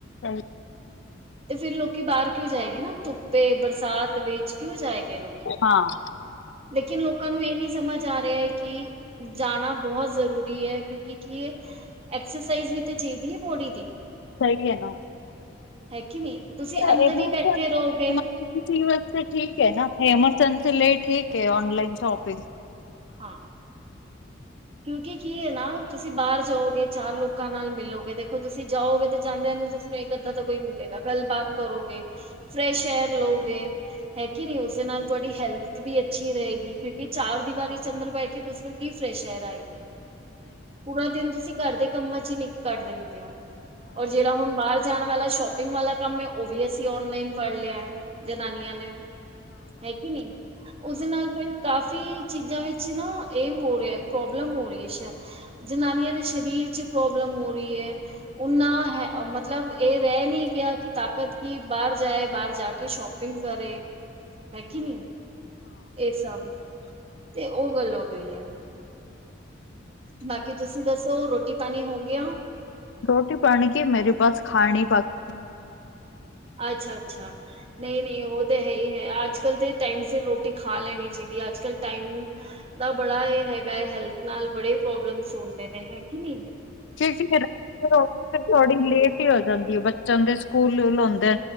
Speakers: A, on the left; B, on the right.
A: ਹਾਂ,
B: ਤੇ ਫਿਰ ਲੋਕੀ ਬਾਹਰ ਕਿਉਂ ਜਾਏ ਗੇ ਨਾ ਧੁੱਪੇ ਬਰਸਾਤ ਵੇਚ ਕਿਉਂ ਜਾਏਗਾ ਲੋਕੀ।
A: ਹਾਂ
B: ਲੇਕਿਨ ਲੋਕਾਂ ਨੂੰ ਇਹ ਨ ਸਮਝ ਆ ਰਿਹਾ ਹੈ ਕਿ ਜਾਣਾ ਬਹੁਤ ਜ਼ਰੂਰੀ ਹੈ ਕਿਉਂਕਿ, ਕੀ ਐਕਸਰਸਾਈਜ਼ ਵੀ ਤੇ ਚਾਹੀਦੀ ਹੈ ਬੋਡੀ ਦੀ,
A: ਸਹੀ ਹੈ ਨਾ,
B: ਹੈ, ਕਿ ਨਹੀਂ ਤੁਸੀਂ
A: ਇਹਨਾਂ
B: ਅੰਦਰ ਹੀ ਬੈਠੇ ਰਹੋਗੇ
A: ਵਸ ਠੀਕ ਹੈ ਨਾ, ਐਮਰਜੰਸੀ ਲਈ ਠੀਕ ਐ ਔਨਲਾਈਨ ਸ਼ੋਪਿੰਗ।
B: ਹਾਂ, ਕਿਉਂਕਿ ਕੀ ਐ ਨਾ ਤੁਸੀਂ ਬਾਹਰ ਜਾਓਗੇ, ਚਾਰ ਲੋਕਾਂ ਨਾਲ ਮਿਲੋਗੇ, ਦੇਖੋ ਤੁਸੀਂ ਜਾਓਗੇ। ਜਾਂਦੇ-ਜਾਂਦੇ ਤੁਹਾਨੂੰ ਇੱਕ ਅੱਧਾ ਤਾਂ ਕੋਈ ਮਿਲੇਗਾ, ਗੱਲਬਾਤ ਕਰੋਗੇ, ਫਰੈਸ਼ ਏਅਰ ਲਓਗੇ। ਹੈ ਕਿ ਨਈਂ, ਉਸਦੇ ਨਾਲ ਤੁਹਾਡੀ ਹੈਲਥ ਵੀ ਅੱਛੀ ਰਹੇਗੀ, ਕਿਉਂਕਿ ਚਾਰ ਦੀਵਾਰੀ ਚੰਦਰ ਬੈਠ ਕੇ ਤੁਸੀ ਨੂੰ ਕੀ ਫਰੈਸ਼ ਏਅਰ ਆਏਗੀ ਪੂਰਾ ਦਿਨ ਤੁਸੀਂ ਘਰ ਦੇ ਕੰਮਾਂ ਚ ਈ ਨਿ ਕੱਟ ਦਿੰਦੇ ਹੋ, ਔਰ ਜਿਹੜਾ ਹੁਣ ਬਾਹਰ ਜਾਣ ਵਾਲਾ ਸ਼ੋਪਿੰਗ ਵਾਲਾ ਕੰਮ ਐ ਵੀ ਅਸੀ ਹੁਣ ਔਨਲਾਈਨ ਫੜ ਲਿਆ। ਜਨਾਨੀਆਂ ਨੇ, ਹੈ ਕਿ ਨਈਂ ਉਸਦੇ ਨਾਲ ਫਿਰ ਕਾਫ਼ੀ ਚੀਜ਼ਾਂ ਵਿੱਚ ਨਾ, ਇਹ ਹੋ ਰਿਹਾ ਪ੍ਰੋਬਲਮ ਹੋ ਰਹੀ ਐ ਜਨਾਨੀਆਂ ਦੇ ਸਰੀਰ ਚ ਪ੍ਰੋਬਲਮ ਹੋ ਰਹੀ ਐ, ਉਹਨਾ ਹੈ ਮਤਲਬ ਇਹ ਰਹਿ ਨਹੀਂ ਗਿਆ ਕਿ ਤਾਕਤ ਕਿ ਬਾਹਰ ਜਾਏ, ਬਾਹਰ ਜਾ ਕੇ ਸ਼ੋਪਿੰਗ ਕਰੇ। ਹੈ ਕਿ ਨਹੀਂ, ਇਹ ਸਭ। ਤੇ ਉਹ ਗੱਲ ਹੋ ਗਈ ਐ। ਬਾਕੀ ਤੁਸੀਂ ਦੱਸੋ ਰੋਟੀ ਪਾਣੀ ਹੋ ਗਿਆ?
A: ਰੋਟੀ ਪਾਣੀ ਕੇ ਮੇਰੇ ਪਾਸ ਖਾ ਨਈਂ ਪਾਕ
B: ਅੱਛਾ-ਅੱਛਾ, ਨਈਂ, ਨਈਂ ਉਹ ਤਾਂ ਹੈ ਈ ਅੱਜ ਕੱਲ ਤੇ ਟਾਈਮ ਸਿਰ ਰੋਟੀ ਖਾ ਲੈਣੀ ਚਾਹੀਦੀ ਐ। ਅੱਜ ਕੱਲ ਟਾਈਮ ਦਾ ਬੜਾ ਏ ਹੈਲਥ ਨਾਲ ਬੜੇ ਪ੍ਰੋਬਲਮਸ ਹੁੰਦੇ ਨੇਂ, ਹੈ ਕਿ ਨਈਂ।
A: ਕਿਉਂਕਿ ਫੇਰ ਥੋੜੀ ਲੇਟ ਹੀ ਹੋ ਜਾਂਦੀ ਐ, ਬੱਚਿਆਂ ਦੇ ਸਕੂਲ ਲਓ ਦ ਆ,